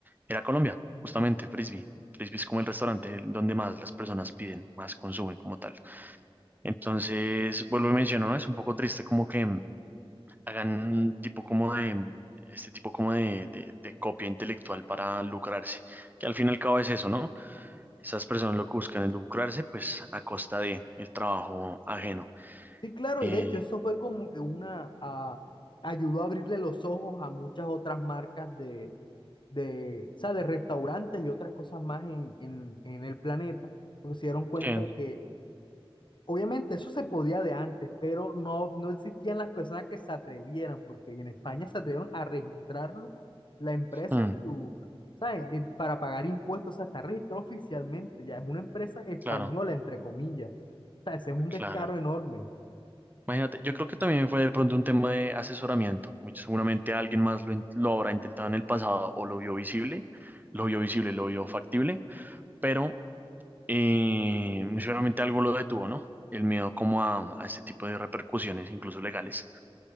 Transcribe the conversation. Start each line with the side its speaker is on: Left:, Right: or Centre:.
Right: era Colombia, justamente, Frisby. Frisby es como el restaurante donde más las personas piden, más consumen como tal. Entonces, vuelvo y menciono, ¿no? Es un poco triste como que hagan un tipo como de, este tipo como de, de- de copia intelectual para lucrarse, que al fin y al cabo es eso, ¿no? Esas personas lo que buscan es lucrarse, pues a costa de el trabajo ajeno.
Left: Sí, claro,
Right: Eh,
Left: y de hecho eso fue como que una, ah, ayudó a abrirle los ojos a muchas otras marcas de, de, o sea, de restaurantes y otras cosas más en, en, en el planeta, porque se dieron cuenta
Right: que,
Left: de que obviamente eso se podía de antes, pero no, no existían las personas que se atrevieran, porque en España se atrevieron a registrarlo, la empresa
Right: mm,
Left: en su, ¿saben? Eh, Para pagar impuestos, o sea, está registrado oficialmente, ya es una empresa española,
Right: claro,
Left: entre comillas, o sea, ese es un
Right: claro.
Left: descaro enorme.
Right: Imagínate, yo creo que también fue de pronto un tema de asesoramiento. Muy seguramente alguien más lo, in- lo habrá intentado en el pasado o lo vio visible, lo vio visible, lo vio factible, pero Eh, muy seguramente algo lo detuvo, ¿no? El miedo como a, a este tipo de repercusiones, incluso legales.